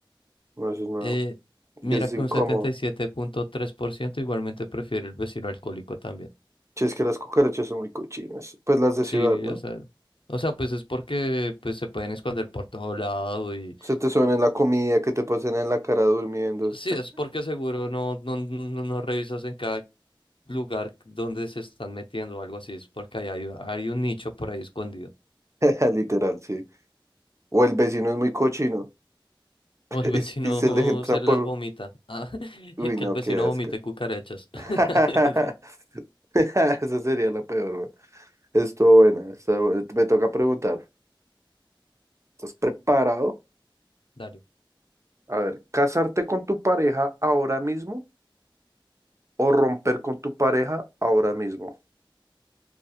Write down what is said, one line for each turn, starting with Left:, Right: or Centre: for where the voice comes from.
Right: no eso es nada.
Left: Eh,
Right: Y
Left: mira
Right: es
Left: que
Right: incómodo.
Left: un setenta y siete punto tres por ciento igualmente prefiere el vecino alcohólico también.
Right: Sí, es que las cucarachas son muy cochinas, pues las de
Left: Sí,
Right: ciudad, ¿no?
Left: o sea, o sea, pues es porque pues se pueden esconder por todo lado y
Right: Se te suben en la comida, que te pasen en la cara durmiendo.
Left: sí, es porque seguro no, no, no, no revisas en cada lugar donde se están metiendo o algo así, es porque ahí hay, hay un nicho por ahí escondido. <laughs>
Right: <laughs> Literal, sí. O el vecino es muy cochino
Left: O
Right: <laughs>
Left: el vecino
Right: y, y se les entran
Left: se
Right: por...
Left: las vomita. Ah, <laughs>
Right: Uy,
Left: que
Right: no,
Left: el vecino
Right: qué asco.
Left: vomite cucarachas. <laughs>
Right: <laughs> Esa sería la peor, ¿no? Estuvo buena, estuvo buena. Me toca preguntar, ¿estás preparado?
Left: Dale.
Right: A ver, ¿casarte con tu pareja ahora mismo o romper con tu pareja ahora mismo?